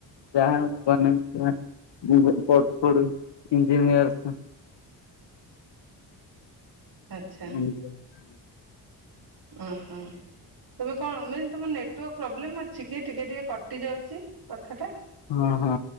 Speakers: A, on the left (about 70°); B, on the right (about 60°).
A: ଯାହା ହବନେଇ। ଇଞ୍ଜିନିୟର୍।
B: ଆଚ୍ଛା।
A: ଆ
B: ଓ ହୋ। ତମେ କଣ ମ ତମ ନେଟୱାର୍କ ପ୍ରୋବ୍ଲେମ ଅଛି କି ଟିକେ ଟିକେ କଟି ଯାଉଛି କଥା ଟା
A: ହଁ ହଁ